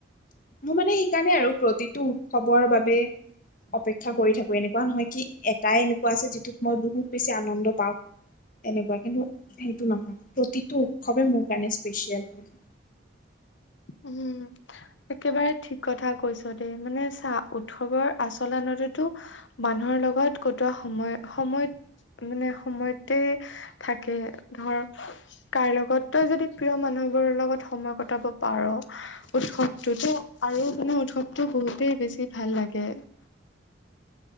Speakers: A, on the left; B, on the left.
A: মোৰ মানে সেইকাৰণে আৰু প্ৰতিটো উৎসৱৰ বাবে অপেক্ষা কৰি থাকো এনেকোৱা নহয় কি, এটাই এনেকোৱা আছে যিটোত মই বহুত বেছি আনন্দ পাও। তেনেকোৱা কিন্তু সেইটো নহয় প্ৰতিটো উৎসৱে মোৰ কাৰণে স্পেচিয়েল হয়।
B: উম। একেবাৰে ঠিক কথা কৈছ দেই মানে চা উৎসৱৰ আচলতেটো মানুহৰ লগত কটোৱা সময় সময়ত মানে সময়ত গোটেই থাকে ধৰ- তাৰ লগতো যদি প্ৰিয় মানুহবোৰৰ লগত সময় কটাব পাৰ উৎসৱটোতো আৰু মানে উৎসৱটো বহুতেই বেছি ভাল লাগে।